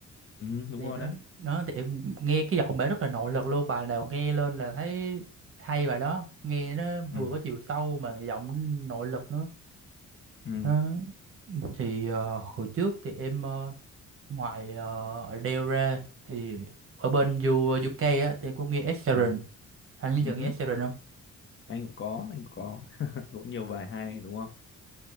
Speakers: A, on the left (about 40°); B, on the right (about 45°).
A: ừ đúng
B: gì
A: rồi
B: đó
A: đấy
B: nó thì em nghe cái giọng bà rất là nội lực luôn bà nào nghe lên là thấy hay bà đó nghe nó vừa
A: ừ
B: có chiều sâu mà giọng nội lực nữa
A: ừ
B: nó thì ờ, hồi trước thì em ờ, ngoài uh, Adele ra thì ở bên U- UK á thì em cũng nghe Ed Sheeran
A: ừ
B: anh bây
A: ừ
B: giờ nghe
A: hứ.
B: Ed Sheeran không
A: anh cũng có anh cũng có <laughs> cũng nhiều bài hay đúng không